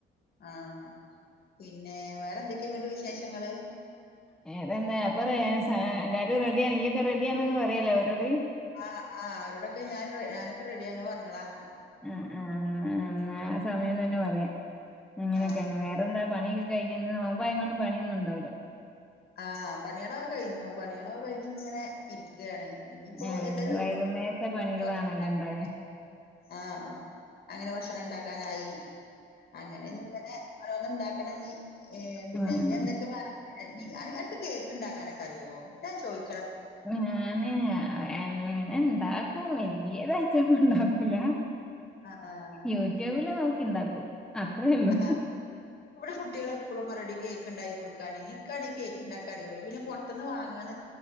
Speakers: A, on the left; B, in the centre.
A: ആ പിന്നെ വേറെ എന്തൊക്കെയ ഇങ്ങോട്ട് വിശേഷങ്ങള്
B: വേറെന്താ അപ്പൊ റേ സാ എല്ലാരും റെഡിയായി ഈയൊക്കെ റെഡിയാന്നങ്ങ് പറയല്ലോ അവരോട്
A: ആ ഹ് ആഹ് അവോരോടൊക്കെ ഞാൻ ഞാനൊക്കെ റെഡിയാന്ന് പറഞ്ഞോളാ
B: ആ ഹ് ആഹ് ആഹ് എന്നാ സമയം തന്നെ പറയാം അങ്ങനെയൊക്കെയാണ്
A: ആഹ്
B: വേറെന്താ പണിയൊക്കെ കഴിഞ്ഞ് ഇന്ന് നോമ്പായ കൊണ്ട് പണിയൊന്നും ഉണ്ടാവില്ല
A: ആ പണികളോ കഴിഞ്ഞു പണികളയൊ കഴിഞ്ഞു ഇങ്ങനെ ഇരിക്കുകയാണ് ഇനിയിപ്പോ
B: ആഹ്
A: എന്തായാലും
B: ഇനി വൈകുന്നേരത്തെ പണികളാണല്ലോ
A: വ <inaudible>
B: ഇണ്ടാവ
A: ആഹ് അങ്ങനെ ഭക്ഷ ക്ഷണം ഉണ്ടാക്കാനായി അങ്ങനെ ഇങ്ങനെ ഓരോന്ന് ഇണ്ടാക്കണം ഇഞ്ഞി- ഏ പിന്നെ
B: ആഹ്
A: ഇയ്യ എന്തൊക്കെ വേണം അന അനക്ക് കേക്ക് ഉണ്ടാക്കാനൊക്കെ അറിയോ ഞാൻ ചോയി
B: ഞാന് അങ്ങനെ ഇണ്ടാ- ഓ വല്യതായിട്ടോന്നും ഉണ്ടാക്കൂല
A: ആഹ്
B: യൂട്യൂബില് നോക്കി ഇണ്ടാക്കും അത്രേ ഉള്ളൂ
A: ആ ഹ് ഇവിടെ കുട്ടികള് എപ്പോഴും പറയും ടി കേക്ക് ക്ക് ഉണ്ടായി കൊടുക്കാന് എനിക്കാണേ കേക്ക് ഉണ്ടാക്ക അറിയൂല പിന്നെ പൊറത്തുനിന്ന് വാങ്ങാൻ